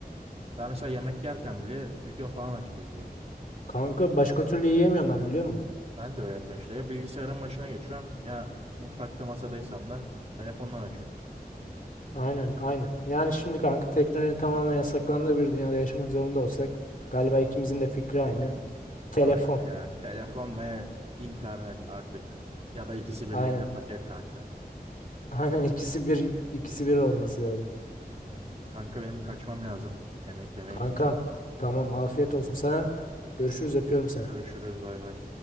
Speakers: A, on the right (about 40°); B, on the left (about 55°).
A: Ben mesela yemek yerken bile video falan açıp izliyorum.
B: Kanka başka türlü yiyemiyorum ben biliyor musun?
A: Ben de öyle yapıyorum işte. Ya bilgisayarın başına geçiyorum ya mutfakta masadaysam da telefondan açıyorum.
B: Aynen, aynen. Yani şimdi kanka teknolojinin tamamen yasaklandığı bir dünyada yaşamak zorunda olsak galiba ikimizin de fikri aynı. Telefon.
A: Ay ya telefon ve internet artık. Ya da ikisi birlikte
B: Aynen.
A: paket kanka.
B: <laughs> Aynen ikisi bir ikisi bir olması lazım.
A: Aynen. Kanka benim kaçmam lazım. Yemek yemeye
B: Kankam
A: gideceğim.
B: tamam afiyet olsun sana. Görüşürüz öpüyorum seni.
A: Görüşürüz bay bay.